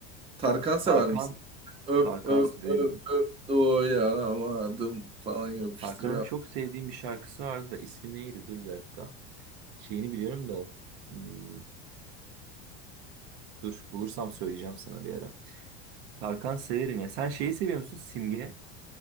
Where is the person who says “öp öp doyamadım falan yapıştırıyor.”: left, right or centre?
Right